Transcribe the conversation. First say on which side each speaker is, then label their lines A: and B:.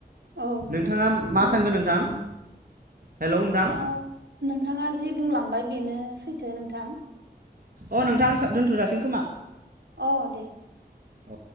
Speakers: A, on the right; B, on the right.
A: औ नंगौ
B: नोंथाङा
A: नोंथां थारैनो
B: मा सानगोन नोंथां। हेलौ नोंथां
A: दा नोंथाङा जि बुंलांबाय बेनो सैथो नोंथां।
B: अ' नोंथां साब दोनथ'जासिगोन खोमा
A: अ' दे
B: औ